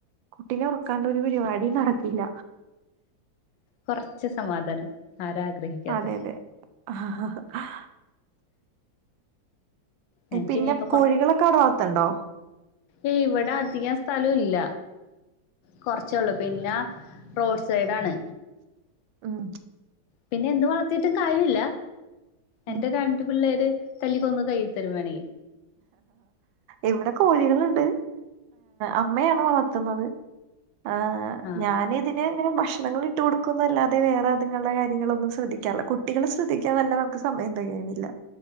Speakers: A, on the right; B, on the left.
A: കുട്ടീന ഒറക്കാണ്ട് ഒരു പരിപാ ടീം നടക്കില്ല
B: കൊറച്ച് സമാധാനം ആരാ ആഗ്രഹിക്കാത്തെ
A: അതെ അതെ ആ,
B: ഞങ്ങക്ക്
A: പിന്നെ
B: ഇനിയിപ്പോ
A: കോഴികളൊക്ക അവിടെ വളർത്തുന്നുടോ
B: ഇവ്ട അധികം സ്ഥലോ ഇല്ല കൊറച്ചേ ഒള്ളൂ. പിന്ന റോഡ് സൈഡ് ആണ്
A: ഉം
B: പിന്നെ എന്ത് വളത്തീട്ടും കാര്യ ഇല്ല
A: ഉം.
B: എന്റെ രണ്ടു പിള്ളേര് തല്ലിക്കൊന്ന് കയ്യിതരും വേണെങ്കി
A: ഇവിടെ കോഴികളുണ്ട് അമ്മയാണ് വളർത്തുന്നത് ആ അ
B: ആഹ്
A: ഞാനിതിന് ഇങ്ങനെ ഭക്ഷണങ്ങൾ ഇട്ട് കൊടുക്കുന്നല്ലാതെ വേറെ അതുങ്ങൾട കാര്യങ്ങളൊന്നും ശ്രദ്ധിക്കാറില്ല. കുട്ടികള് ശ്രദ്ധിക്കാൻതന്ന നമുക്ക് സമയം തെകയണില്ല